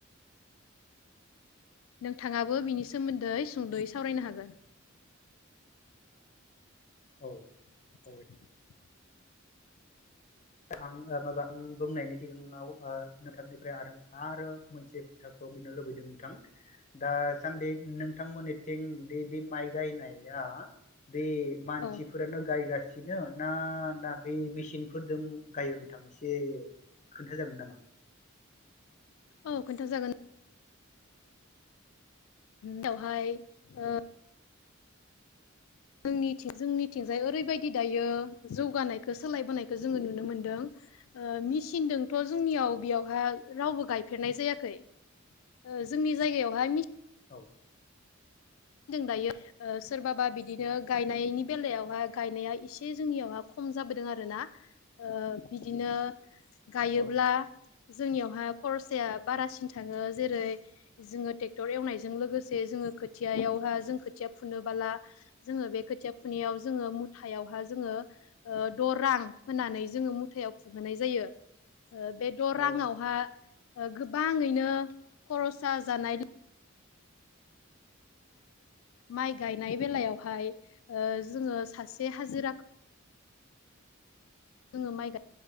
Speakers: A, on the left (about 80°); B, on the left (about 35°).
A: नोंथाङाबो बिनि सोमोन्दै सुंदै सावरायनो हागोन।
B: औ
A: <unintelligible>
B: औ आं ओ मबां बुंनायनि सिगाङाव नोंथांनिफ्राय आरो आरो मोनसे लुबैदों नोंथांक्षदासान्दि नोंथांमोननिथिं दि बे माइ गायनाया बे मानसिफोरानो
A: औ
B: गायगासिनो ना ना बे मेसिनफोर दों गायो नोंथां एसे खोन्था जागोन नामा।
A: औ खोन्था जागोन। दावहाय ओ जोंनि जोंनिथिंजाय ओरैबायदि दायो जौगानायखौ सोलायबोनायखौ जोङो नुनो मोनदों। ओ मेसिनदोंथ' जोंनियाव बेयावहा रावबो गायफेरनाय जायाखै ओ जोंनि जायगायावहाय
B: औ
A: दायो ओ सोरबाबा बिदिनो गायनायनि बेलायावहाय गायनाया एसे जोंनियावहा खम जाबोदों आरो ना ओ बिदिनो गायोब्ला
B: औ
A: जोंनियावहा खरसाया बारासिन थाङो जेरै जोङो ट्रेक्टर एवनायजों लोगोसे जोङो खो थियायावहा जों खोथिया फुनोबोला जोङो बे खोथिया फुनायाव जोङो मुथायावहा जोङो द' रां होनानै जोङो मुथायाव फुहोनाय जायो। बे द'
B: औ
A: राङावहा गोबाङैनो खरसा जानाय माइ गायनाय बेलायावहाय ओ जोङो सासे हाजिरा
B: <unintelligible>
A: जोङो माइ